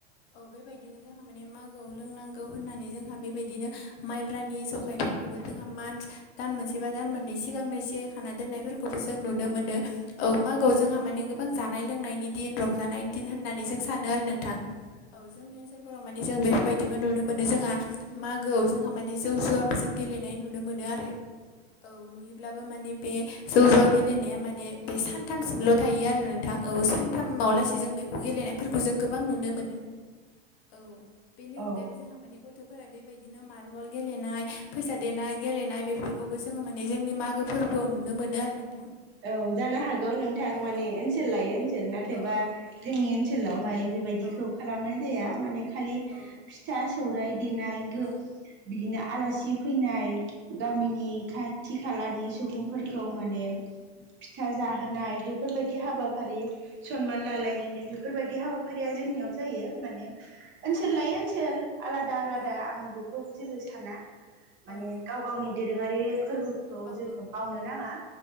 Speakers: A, on the left (about 70°); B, on the right (about 35°).
A: औ बेबायदिनो जोंहा माने मागोआव लोंनांगौ होननानै जोंहा बेबायदिनो माइब्रानि जखायफोरखौबो जोंहा मान दान मोनसे बा दान मोननै सिगांनो जियायखाना दोननायफोरखौबो जों नुनो मोनो औ मागोआव जोंहा माने गोबां जानाय लोंनायनि दिन रंजानायनि दिन होननानै जों सानो आरो नों औ जोंनि ओनसोल उनाव माने जों बेफोरबायदिबो नुनो मोनो जोंहा मागोआव जोंहा माने जौ जुवाबो जों गेलेनाय नुनो मोनो आरो औ नुयोब्लाबो माने बे जौ ज'वा गेलेनाया माने बे सानथामसिमल' थायो आरो नोंथां औ सानथामावलासे जों बेखौ गेलेनाय फोरखौ जों गोबां नुनो मोनो औ बेनि
B: औ
A: अनगायैबो जोंहा माने गथ'फोरा बेबायदिनो मार्बल गेलेनाय फैसा देनाय गेलेनाय बेफोरखौबो जोनि माने जोंनि मागो फोरबोआव नुनो मोनो आरो नोंथां
B: औ जानो हागौ नोंथां
A: औ
B: माने
A: औ
B: ओनसोल लायो ओनसोल नाथायबा
A: औ औ
B: जोंनि ओनसोलावहाय बेबायदिखौ
A: औ
B: खालामनाय जाया माने खालि फिथा
A: औ
B: फिथसा सौराय देनाय बिदिनो
A: औ
B: आलासि फैनाय गामिनि
A: औ
B: खा खाथि खालानि सुबुंफोरखौ माने फिथा जाहोनाय बेफोरबायदि हाबाफारि सनमान लालायलायनाय बे बेफोरबायदि हाबाफारिया जोंनियाव जायो मान ओनसोल
A: औ
B: लायो ओनसोल आलादा आलादा
A: औ
B: आं बे बेखौ जेबो साना माने
A: औ नंगौ
B: गाव गावनि दोरोङारि फोरबोखौ
A: औ
B: जोंङो
A: औ
B: बावनो नाङा